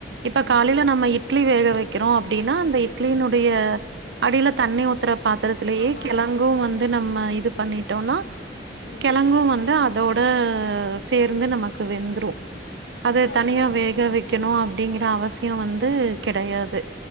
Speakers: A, on the right; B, on the left.
A: இப்ப காலையில
B: ம்
A: நம்ம இட்லி வேக வைக்கிறோ அப்டின்னா அந்த இட்லியினுடைய அடியில தண்ணி ஊத்துற பாத்திரத்திலேயே
B: ஆமா
A: கெழங்கு வந்து நம்ம இது பண்ணிட்டோனா
B: ம்
A: கெழங்கு வந்து அ தோட சேர்ந்து நமக்கு வெந்ரு அது
B: பரவாயில்லையே
A: தனியா வேக வைக்கணு
B: ம்
A: அப்டிங்ற அவசியோ வந்து கெடையாது